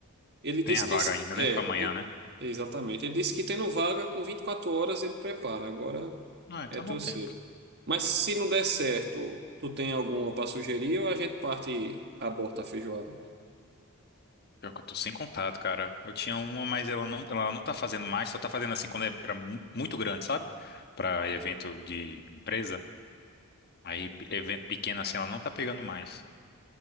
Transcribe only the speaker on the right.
Ele disse
que. se-
É,
e-
exatamente. Ele disse que tendo vaga, com 24 horas ele prepara. Agora
é torcer.
Mas se não der certo, tu tem alguma para sugerir ou a gente parte, e aborta a feijoada?